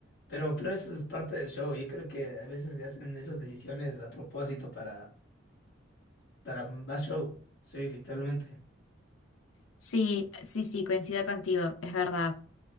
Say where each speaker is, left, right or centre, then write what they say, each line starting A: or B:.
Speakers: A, on the left; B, on the left.
A: Pero, pero eso es parte del show. Yo creo que a veces que hacen esas decisiones a propósito para, para más show. Sí, literalmente.
B: Sí, sí, sí, coincido contigo, es verdad.